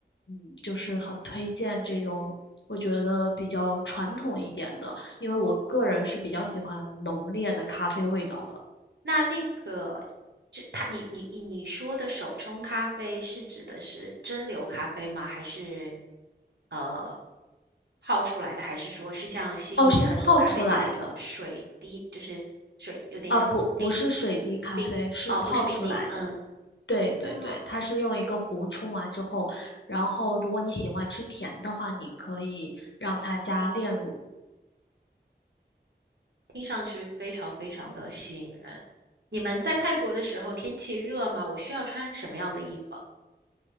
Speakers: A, on the left (about 80°); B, on the right (about 70°).
A: 嗯，就是很推荐这种我觉得比较传统一点的，因为我个人是比较喜欢浓烈的咖啡味道的。
B: 那那个，这它你你你说的手冲咖啡是指的是蒸馏咖啡吗？还是呃泡出来的？还是说是像悉尼很多咖啡店那种水滴，
A: 哦，是泡出来的
B: 就是水有点像滴
A: 啊，不，不是水滴咖啡，
B: 冰哦，
A: 是泡出来的。
B: 不是冰滴，嗯，
A: 对对对，
B: 哇，
A: 它是用一个壶冲完之后，然后如果你喜欢吃甜的话，你可以让它加炼乳。
B: 听上去非常非常的吸引人。你们在泰国的时候天气热吗？我需要穿什么样的衣服？